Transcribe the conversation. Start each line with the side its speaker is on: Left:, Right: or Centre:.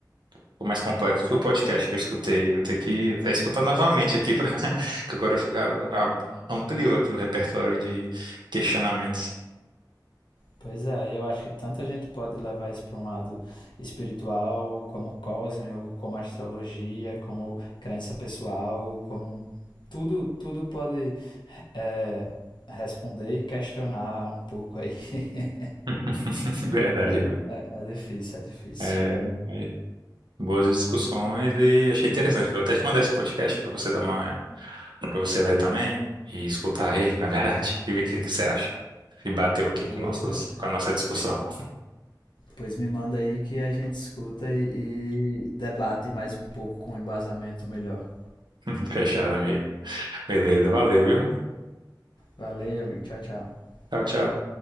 Right: ficou mais complexo que o podcast que eu escutei. Vou ter que até escutar novamente aqui, pra... <laughs> que agora a- a- ampliou aqui o repertório de questionamentos.
Left: pois é, eu acho que tanta gente pode levar isso para um lado espiritual, como cósmico, como astrologia, como crença pessoal, como tudo, tudo pode é, responder e questionar um pouco aí. <laughs>
Right: <laughs> Verdade, amigo.
Left: É, é difícil, é difícil.
Right: É, aí, boas discussões e achei interessante. Vou até te mandar esse podcast para você dar uma, para você ler também e escutar ele, na verdade, <laughs> e ver o que que você acha. Se bateu aqui
Left: Beleza.
Right: com nossas, com a nossa discussão.
Left: Pois me manda aí que a gente escuta e, e debate mais um pouco com um embasamento melhor.
Right: <laughs> Fechado, amigo. Beleza, valeu, viu?
Left: Valeu, amigo. Tchau, tchau.
Right: Tchau, tchau.